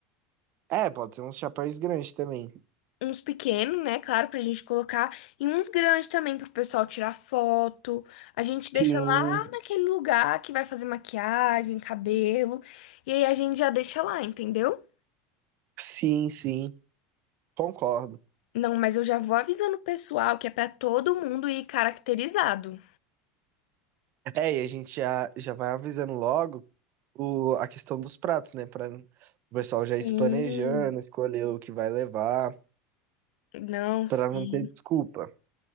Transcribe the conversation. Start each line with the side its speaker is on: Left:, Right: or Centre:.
Right: É, pode ser uns chapéus grandes também.
Left: uns pequenos, né? Claro, pra gente colocar, e uns grandes também pro pessoal tirar foto. A gente deixa
Right: Sim,
Left: lá naquele lugar que vai fazer maquiagem, cabelo, e aí a gente já deixa lá, entendeu?
Right: sim, sim. Concordo.
Left: Não, mas eu já vou avisando o pessoal que é pra todo mundo ir caracterizado.
Right: É, e a gente já, já vai avisando logo o, a questão dos pratos, né? Pra o pessoal já ir
Left: Sim.
Right: se planejando, escolher o que vai levar,
Left: Não,
Right: pra
Left: sim,
Right: não ter desculpa.